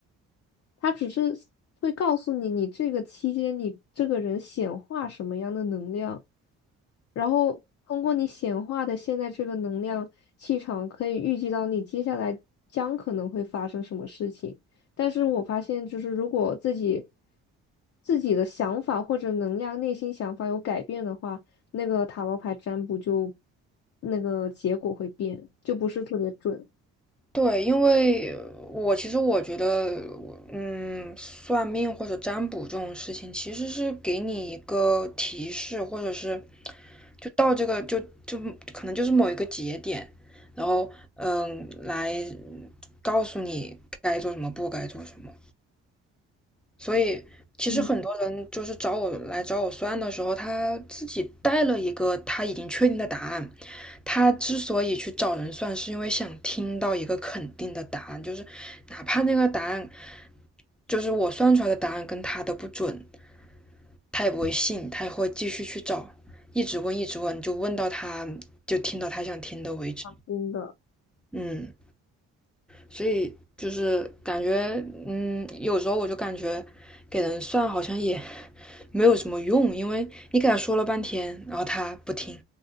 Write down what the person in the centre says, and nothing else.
对，因为我其实我觉得，嗯，算命或者占卜这种事情，其实是给你一个提示，或者是就到这个就就可能就是某一个节点，然后嗯，来告诉你该做什么，不该做什么。所以其实很多人就是找我来找我算的时候，
他自己带了一个他已经确定的答案。他之所以去找人算，是因为想听到一个肯定的答案，就是哪怕那个答案就是我算出来的答案跟他的不准，他也不会信，他也会继续去找，一直问，一直问，就问到他就听到他想听的为止。
嗯。所以就是感觉，嗯，有时候我就感觉给人算好像也 <laughs> 没有什么用，因为你给他说了半天，然后他不听，